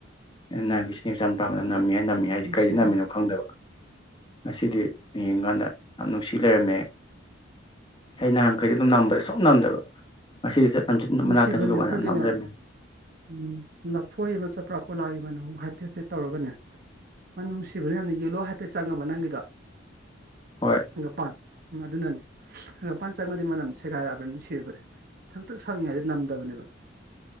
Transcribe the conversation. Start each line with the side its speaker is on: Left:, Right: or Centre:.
Left: ꯑꯩꯅ ꯅꯍꯥꯟ ꯆꯤꯅꯤ ꯆꯝꯄ꯭ꯔꯥ ꯃꯅꯝ ꯅꯝꯃꯦ ꯍꯥꯏ ꯅꯝꯃꯤ ꯍꯥꯏꯁꯤꯦ
Right: ꯅꯨꯡꯁꯤꯕꯅꯦ
Left: ꯀꯩꯗ ꯅꯝꯃꯤꯅꯣ ꯈꯪꯗꯕ ꯉꯁꯤꯗꯤ ꯌꯦꯡꯀꯥꯟꯗ ꯌꯥꯝ ꯅꯨꯡꯁꯤ ꯂꯩꯔꯝꯃꯦ ꯑꯩ ꯅꯍꯥꯟꯈꯩꯗ ꯑꯗꯨꯝ ꯅꯝꯕꯗ ꯁꯨꯝ ꯅꯝꯗꯕ ꯉꯁꯤꯗꯤ ꯆꯠ ꯂꯝꯆꯠ
Right: ꯅꯨꯡꯁꯤꯕꯅꯦ
Left: ꯃꯅꯥꯛꯇ ꯆꯠꯂꯨꯀꯥꯟꯗ
Right: ꯑꯩꯈꯣꯏꯒꯤꯅꯦ
Left: ꯌꯥꯝ ꯅꯝ ꯂꯩꯔꯝꯃꯦ
Right: ꯎ ꯂꯐꯣꯏ ꯑꯃ ꯆꯄ꯭ꯔꯥꯛ ꯀꯣꯂꯥꯒꯤ ꯃꯅ ꯑꯃꯨꯛ ꯍꯥꯏꯐꯦꯠꯐꯦꯠ ꯇꯧꯔꯒꯅꯦ ꯃꯅꯝ ꯅꯨꯡꯁꯤꯕꯅ ꯌꯥꯝꯅ ꯌꯦꯜꯂꯣ ꯍꯥꯏꯐꯦꯠ ꯆꯪꯉꯕ ꯅꯪꯒꯤꯗꯣ
Left: ꯍꯣꯏ
Right: ꯍꯪꯒꯄꯥꯟ ꯑꯗꯨꯅꯅꯤ ꯍꯪꯒꯄꯥꯟ ꯆꯪꯉꯗꯤ ꯃꯅꯝ ꯁꯦꯒꯥꯏꯔꯛꯑꯕꯅꯤ ꯅꯨꯡꯔꯕꯅꯦ ꯁꯪ ꯇꯨ ꯁꯪꯂꯤꯉꯥꯏꯗ ꯅꯝꯗꯕꯅꯦꯕ